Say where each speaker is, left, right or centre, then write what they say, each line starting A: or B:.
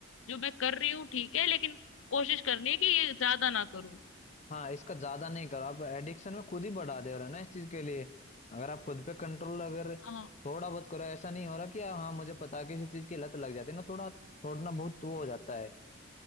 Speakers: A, on the left (about 80°); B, on the left (about 35°).
A: जो मैं कर रही हूँ ठीक है लेकिन कोशिश करनी है कि ये ज्यादा ना करूँ
B: हाँ इसका ज्यादा नहीं करो आप एडिक्शन में खुद ही बढ़ा दे रहे हो ना इस चीज के लिए अगर आप खुद पे कंट्रोल अगर
A: हाँ
B: थोड़ा बहुत करो ऐसा नहीं हो रहा कि हाँ मुझे पता है किसी चीज की लत लग जाती है ना थोड़ा छोड़ना बहुत वो हो जाता है